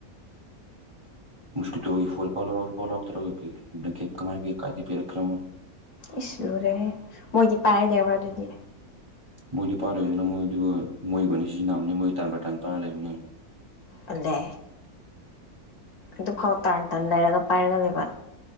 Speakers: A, on the right; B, on the left.
A: ꯃꯁꯀꯤꯜ ꯍꯒ ꯐꯨꯜ ꯐꯜꯔ ꯋꯥꯥꯎ ꯐꯜꯔ ꯇꯔꯪ ꯀꯃꯥꯏꯒꯤ ꯀꯥꯗꯤ ꯄꯔ ꯀ꯭ꯔꯃ
B: ꯏꯂꯨ ꯔꯦ ꯃꯣꯏ ꯏꯗꯤ ꯄꯥꯏ ꯗꯦꯕꯔꯗꯗꯤ
A: ꯃꯣꯏꯗꯨ ꯄꯥꯔ ꯂꯩꯗꯅ ꯃꯣꯏꯗꯨꯕꯨ ꯃꯣꯏꯕꯨꯅꯤ ꯁꯤꯖꯤꯟꯅꯕꯅꯤ ꯃꯣꯏ ꯇꯥꯟ ꯕꯥꯇꯥꯟ ꯄꯥꯔ ꯂꯩꯕꯅꯤ
B: ꯑꯂꯦ ꯑꯗꯨꯐꯥꯎ ꯇꯥꯟ ꯇꯅ ꯂꯩꯔꯒ ꯄꯥꯏꯔꯒ ꯂꯩꯕ